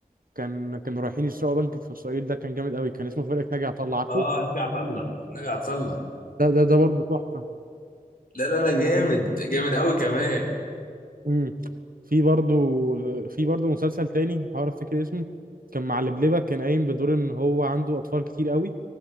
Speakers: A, on the right; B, on the left.
A: كان كانوا رايحين يسرقوا بنك في اسرائيل ده كان جامد قوي كان اسمه فرقة ناجي عطا الله عارفه
B: اه نجا عطله نجا عطله
A: ده ده ده برضه تحفة
B: لا لا لا جامد جامد قوي كمان
A: امم في برضه في برضه مسلسل تاني بحاول افتكر اسمه كان مع لبلبة كان قايم بدور ان هو عنده اطفال كتير قوي